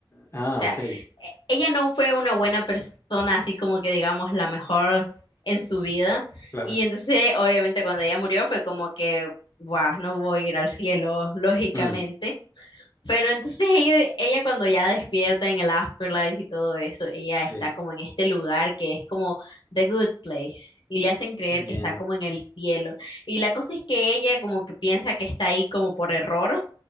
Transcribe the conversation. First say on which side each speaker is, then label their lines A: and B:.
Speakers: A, on the left; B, on the left.
A: Ah,
B: O sea,
A: ok.
B: e- ella no fue una buena persona, así como que digamos la mejor en su vida.
A: Claro.
B: Y entonces, obviamente, cuando ella murió fue como que, guau, no voy a ir al cielo, <laughs> lógicamente.
A: Mm,
B: Pero entonces ella, ella cuando ya despierta en el afterlife y todo eso, ella está
A: sí.
B: como en este lugar que es como the good place y le hacen creer
A: Bien.
B: que está como en el cielo. Y la cosa es que ella como que piensa que está ahí como por error.